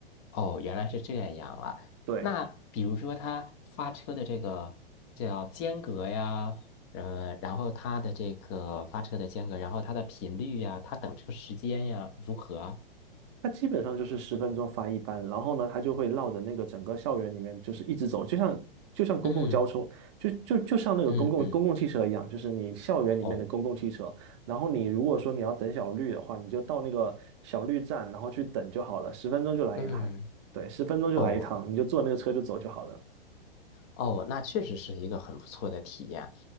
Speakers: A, on the left; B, on the right.
A: 哦，原来是这样啊。
B: <laughs> 对，
A: 那比如说他发车的这个叫间隔呀，嗯、然后它的这个发车的间隔，然后它的频率呀，它等车时间呀，如何啊？
B: 它基本上就是十分钟发一班，然后呢，它就会绕着那个整个校园里面，就是一直走，就像就像公共交通，
A: 嗯
B: 就就就像那个公共公共汽车一样，
A: 嗯嗯，
B: 就是你校园里面的公共汽车。
A: 哦，
B: 然后你如果说你要等小绿的话，你就到那个小绿站，然后去等就好了，十分钟就来一趟，
A: 嗯
B: 对，十分钟就来一趟，
A: 哦
B: 你就坐那个车就走就好了。
A: 哦，那确实是一个很不错的体验。